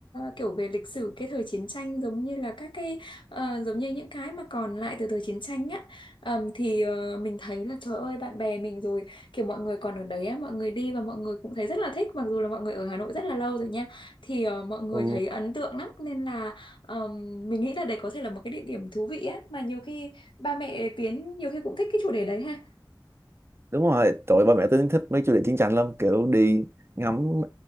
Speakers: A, on the left; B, on the right.
A: kiểu về lịch sử cái thời chiến tranh giống như là các cái ờ, giống như những cái mà còn lại từ thời chiến tranh á. Ờm, thì ờ, mình thấy là trời ơi bạn bè mình rồi kiểu mọi người còn ở đấy á, mọi người đi và mọi người cũng thấy rất là thích mặc dù là mọi người ở Hà Nội rất là lâu rồi nha thì ờ, mọi người
B: ừ.
A: thấy ấn tượng lắm nên là ờm, mình nghĩ là đấy có thể là một cái địa điểm thú vị á mà nhiều khi ba mẹ Tiến nhiều khi cũng thích cái chủ đề đấy ha
B: Đúng rồi, tụi ba mẹ tôi thích mấy chủ đề chiến tranh lắm. Kiểu đi ngắm